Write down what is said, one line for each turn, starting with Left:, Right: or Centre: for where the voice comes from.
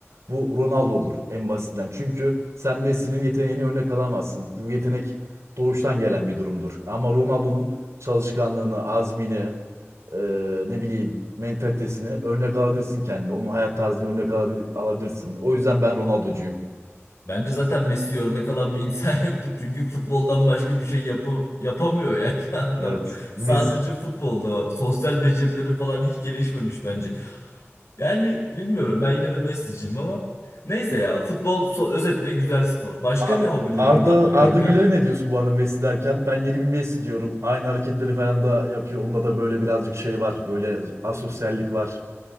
Right: bu Ronaldo olur en basitinden. Çünkü sen Messi'nin yeteneğini örnek alamazsın. Bu yetenek doğuştan gelen bir durumdur. Ama Ronaldo'nun çalışkanlığını, azmini, e, ne bileyim mentalitesini örnek alabilirsin kendine. Onun hayat tarzını örnek alabil- alabilirsin. O yüzden ben Ronaldo'cuyum.
Left: Bence zaten Messi örnek alan bir insan <laughs> yoktur. Çünkü futboldan başka bir şey yapı- yapamıyor yani <laughs> adam.
Right: Evet. Messi,
Left: Sadece futbolda var. Sosyal becerileri falan hiç gelişmemiş bence. Yani bilmiyorum ben yine de Messi'ciyim ama neyse ya futbol so- özetle güzel spor. Başka
Right: A-
Left: ne hobilerim
Right: Arda
Left: vardır
Right: Arda
Left: kanka?
Right: Güler'e ne diyorsun bu arada Messi derken? Ben yeni bir Messi diyorum. Aynı hareketleri falan da yapıyor. Onunla da böyle birazcık şey var. Böyle asosyallik var.